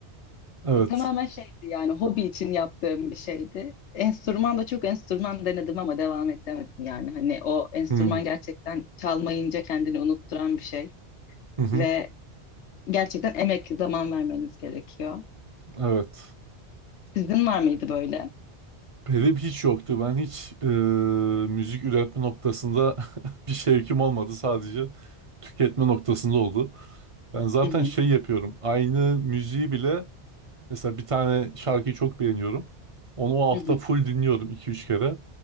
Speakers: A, on the right; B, on the left.
A: Evet.
B: Tamamen şeydi yani hobi için yaptığım bir şeydi. Enstrüman da çok enstrüman denedim ama devam edemedim yani. Hani o enstrüman
A: Hı hı.
B: gerçekten çalmayınca kendini unutturan bir şey
A: hı.
B: ve gerçekten emek zaman vermeniz gerekiyor.
A: Evet.
B: Sizin var mıydı böyle?
A: Benim hiç yoktu. Ben hiç e, müzik üretme noktasında <laughs> bir şevkim olmadı. Sadece tüketme noktasında oldu. Ben zaten
B: Hı hı,
A: şey yapıyorum. Aynı müziği bile mesela bir tane şarkıyı çok beğeniyorum. Onu o hafta
B: hı hı,
A: full dinliyorum iki üç kere.